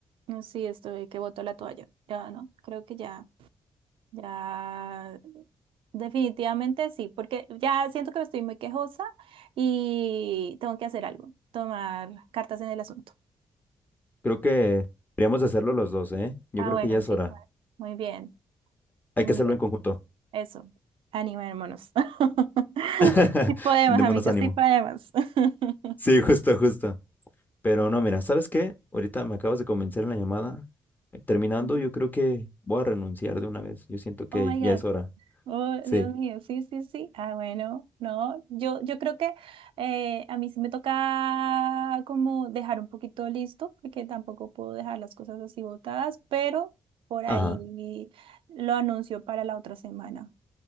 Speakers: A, on the right; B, on the left.
A: No, sí, estoy que boto la toalla. Ya no, creo que ya. Ya, definitivamente sí, porque ya siento que estoy muy quejosa y tengo que hacer algo, tomar cartas en el asunto.
B: Creo que deberíamos hacerlo los dos, ¿eh? Yo
A: Ah,
B: creo
A: bueno,
B: que ya es
A: sí,
B: hora.
A: bueno, muy bien,
B: Hay
A: muy
B: que hacerlo
A: bien,
B: en conjunto.
A: eso, animémonos. <laughs>
B: <laughs>
A: Sí podemos,
B: Démonos
A: amigos,
B: ánimo.
A: sí podemos. <laughs>
B: Sí, justo, justo. Pero
A: Ah,
B: no, mira, ¿sabes qué? Ahorita me acabas de convencer en la llamada. Eh, Terminando,
A: ujú.
B: yo creo que voy a renunciar de una vez. Yo siento que
A: Oh my
B: ya
A: God.
B: es hora.
A: Oh,
B: Sí.
A: Dios mío, sí, sí, sí. Ah, bueno, no, yo, yo creo que eh, a mí sí me toca como dejar un poquito listo, porque tampoco puedo dejar las cosas así botadas, pero por ahí
B: Ajá.
A: lo anuncio para la otra semana,